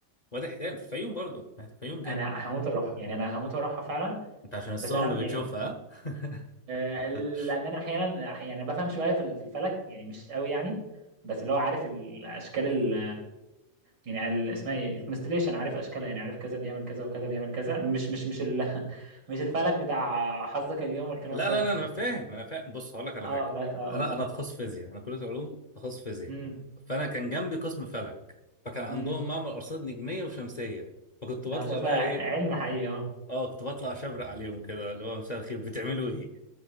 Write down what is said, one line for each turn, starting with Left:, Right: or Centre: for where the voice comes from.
Left: وادي الحيتان في الفيوم برضو في الفيوم كده
Right: انا هموت واروحها يعني انا هموت واروحها فعلا
Left: انت عشان الصور
Right: بس انا
Left: اللي
Right: يعني
Left: بتشوفها ها؟
Right: آه،
Left: <laughs>
Right: لان انا احيانا أح- يعني بفهم شويه في ال- في الفلك يعني مش قوي يعني بس اللي هو عارف الاشكال ال يعني ال- اسمها ايه الكونستليشن عارف اشكالها يعني عارف كذا بيعمل كذا وكذا بيعمل كذا مش مش مش ال <laughs> مش الفلك بتاع حظك اليوم والكلام
Left: لا
Right: الفاضي
Left: لا لا
Right: ده
Left: انا فاهم انا فاهم بص هقول لك على
Right: اه
Left: حاجه
Right: بس اه
Left: انا
Right: قول
Left: انا تخصص فيزياء انا كليه علوم تخصص فيزياء
Right: امم
Left: فانا كان جنبي قسم فلك فكان عندهم
Right: امم
Left: معمل ارصاد نجميه وشمسيه فكنت بطلع
Right: هشوفها
Left: بقى
Right: علم
Left: ايه
Right: حقيقي اه
Left: اه كنت بطلع اشبرق عليهم كده اللي هو مساء الخير بتعملوا ايه